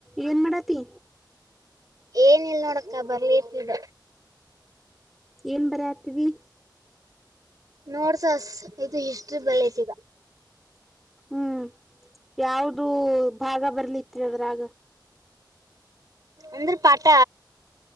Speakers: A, in the centre; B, on the right (about 50°).
A: ಏನ್ ಮಾಡತಿ
B: ಏನಿಲ್ ನೋಡಕ್ಕ ಬರ್ಲಿ ಇರ್ತಿದ್ದ
A: ಏನ್ ಬರತೀವಿ
B: ನೋಡ್ಸ ಇದು ಹಿಸ್ಟ್ರಿ ಬಲೈತಗ
A: ಹ್ಮ್ ಯಾವ್ದೂ ಭಾಗ ಬರ್ಲಿತಿರ ಅದ್ರಾಗ
B: ಅಂದ್ರೆ ಪಾಟ